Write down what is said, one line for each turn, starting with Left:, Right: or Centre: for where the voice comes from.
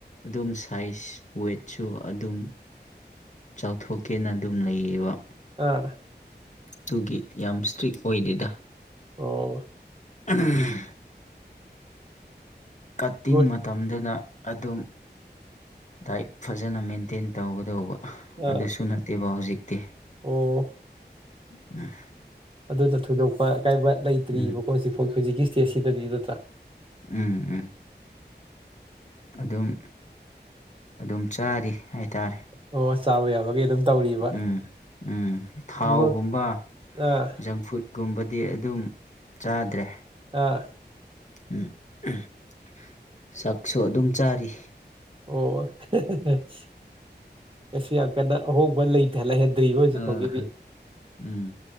Left: ꯑꯗꯨꯝ ꯁꯥꯏꯖ ꯋꯦꯠꯁꯨ ꯑꯗꯨꯝ ꯆꯥꯎꯊꯣꯛꯀꯦꯅ ꯑꯗꯨꯝ ꯂꯩꯔꯤꯕ
Right: ꯑꯥ
Left: ꯇꯨꯒꯤ ꯌꯥꯝ ꯏꯁꯇ꯭ꯔꯤꯛ ꯑꯣꯏꯗꯦꯗ
Right: ꯑꯣ
Left: <unintelligible> ꯀꯇꯤꯡꯃꯠ
Right: ꯒꯨꯠ
Left: ꯇꯝꯗꯅ ꯑꯗꯨꯝ ꯗꯥꯏꯠ ꯐꯖꯅ ꯃꯦꯟꯇꯦꯟ ꯇꯧꯒꯗꯧꯕ
Right: ꯑꯥ
Left: ꯑꯗꯨꯁꯨ ꯅꯠꯇꯦꯕ ꯍꯧꯖꯤꯛꯇꯤ
Right: ꯑꯣ
Left: <unintelligible>
Right: ꯑꯗꯨꯅ ꯊꯣꯏꯗꯣꯛꯄ ꯑꯀꯥꯏꯕ ꯂꯩꯇ꯭ꯔꯤꯕꯀꯣ
Left: ꯎꯝ
Right: ꯍꯧꯖꯤꯛꯐꯥꯎ ꯍꯧꯖꯤꯛꯀꯤ ꯏꯁ꯭ꯇꯦꯠꯁꯤꯗꯗꯤ ꯅꯠꯇ꯭ꯔ
Left: ꯎꯝ ꯎꯝ ꯑꯗꯨꯝ ꯑꯗꯨꯝ ꯆꯥꯔꯤ ꯍꯥꯏꯇꯥꯔꯦ
Right: ꯑꯣ ꯆꯥꯕ ꯌꯥꯕꯒꯩ ꯑꯗꯨꯝ ꯇꯧꯔꯤꯕ
Left: ꯎꯝ ꯎꯝ ꯊꯥꯎꯒꯨꯝꯕ
Right: ꯔꯣꯠ ꯑꯥ
Left: ꯖꯪꯐꯨꯠ ꯒꯨꯝꯕꯗꯤ ꯑꯗꯨꯝ ꯆꯥꯗ꯭ꯔꯦ
Right: ꯑꯥ
Left: <unintelligible> ꯆꯥꯛꯁꯨ ꯑꯗꯨꯝ ꯆꯥꯔꯤ
Right: ꯑꯣ <unintelligible> ꯀꯁꯨ ꯌꯥꯝ ꯀꯟꯅ ꯑꯍꯣꯡꯕ ꯂꯩ ꯊ ꯂꯩꯍꯟꯗ꯭ꯔꯤꯕ ꯍꯧꯖꯤꯛꯐꯥꯎꯒꯤꯗꯤ
Left: ꯑꯥ ꯎꯝ